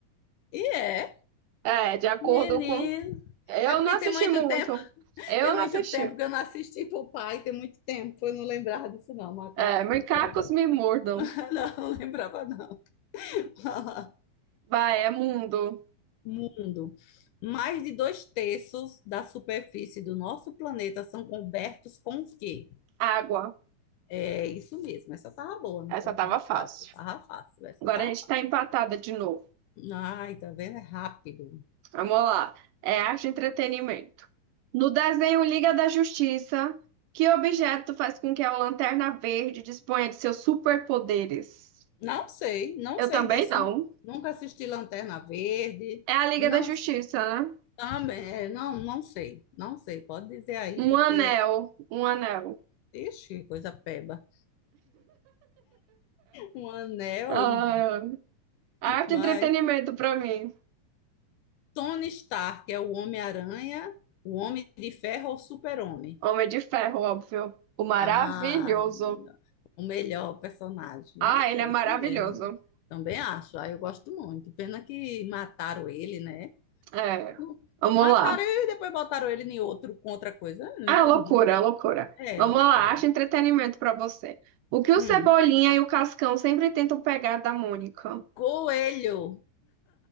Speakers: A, on the left; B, on the right.
A: E é,
B: É, de acordo
A: menino.
B: com. Eu
A: É porque
B: não assisti
A: tem muito
B: muito.
A: tempo,
B: Eu
A: tem muito
B: não assisti.
A: tempo que eu não assisti pro pai, tem muito tempo. Eu não lembrava disso, não. Macacos
B: É, macacos
A: me mordam.
B: me mordam.
A: <laughs> Não, não lembrava, não. <laughs>
B: Vai, é mundo.
A: Mundo. Mais de dois terços da superfície do nosso planeta são cobertos com o quê?
B: Água.
A: É isso mesmo. Essa tava boa, não
B: Essa
A: foi?
B: tava
A: Tava
B: fácil.
A: fácil, tava fácil. Essa
B: Agora
A: tava
B: a gente
A: fácil.
B: tá empatada de novo.
A: Ai, tá vendo? É rápido.
B: Vamos lá. É arte e entretenimento. No desenho Liga da Justiça, que objeto faz com que a Lanterna Verde disponha de seus superpoderes?
A: Não sei, não
B: Eu
A: sei
B: também
A: disso.
B: não.
A: Nunca assisti Lanterna Verde.
B: É a Liga
A: Não,
B: da Justiça, né?
A: também, é, não, não sei, não sei. Pode dizer aí,
B: Um
A: porque,
B: anel. Um anel.
A: ixi, coisa peba. Um anel,
B: Ah, arte
A: <laughs> vai.
B: e entretenimento pra mim.
A: Tony Stark é o Homem-Aranha, o Homem de Ferro ou o Super-Homem?
B: Homem de Ferro, óbvio. O maravilhoso.
A: Ah, o melhor personagem,
B: Ah,
A: né?
B: ele
A: É
B: é maravilhoso.
A: esse mesmo. Também acho. Ah, eu gosto muito. Pena que mataram ele, né?
B: É.
A: Não-
B: Vamos
A: Mataram
B: lá.
A: ele e depois botaram ele em outro com outra coisa. Eu não
B: Ah,
A: entendi.
B: loucura, loucura.
A: É
B: Vamos
A: loucura.
B: lá, acha entretenimento pra você. O que o
A: Hum.
B: Cebolinha e o Cascão sempre tentam pegar da Mônica?
A: Coelho.